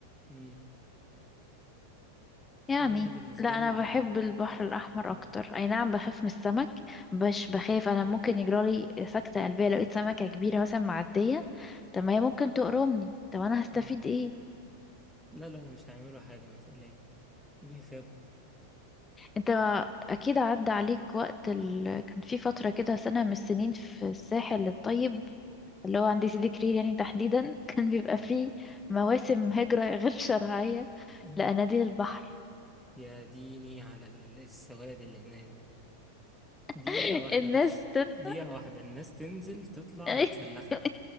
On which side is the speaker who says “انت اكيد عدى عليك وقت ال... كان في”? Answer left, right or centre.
Left